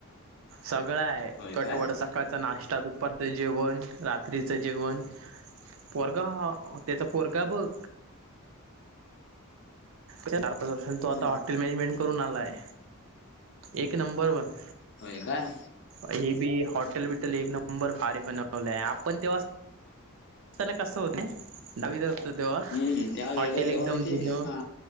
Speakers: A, on the right; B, on the left.
A: सगळं आहे,
B: होय
A: कटवड
B: काय
A: सकाळचा नाश्ता दुपारचं जेवण रात ट्रीचं जेवण पोरगा हा त्याचा पोरगा बघ. चार पाच वर्षांन
B: हम्म
A: तू आता हॉट हॉटेल मॅनेजमेंट करून आलाय, एक नंबरवरन.
B: होय काय?
A: हे बी हॉटेल बिटल एक नंबर भारी बनवले आहे आपण तेव्हा ना कसं होत डावी दत तेव्हा
B: हम्म
A: हॉटेल
B: तेव्हा वेगळं तेव्हा
A: एकदम
B: म्हणजे
A: जुनं.
B: हा